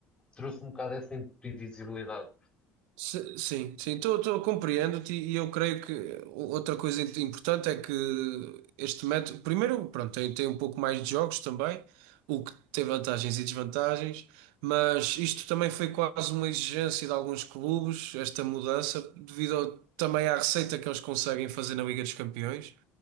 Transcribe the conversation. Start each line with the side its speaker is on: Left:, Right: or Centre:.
Left: trouxe um bocado essa imprevisibilidade.
Right: se- sim, sim. Tô, tô, compreendo-te e eu creio que outra coisa importante é que este método, primeiro, pronto, tem, tem um pouco mais de jogos também. o que tem vantagens e desvantagens, mas isto também foi quase uma exigência de alguns clubes, esta mudança, devido ao- também à receita que eles conseguem fazer na Liga dos Campeões.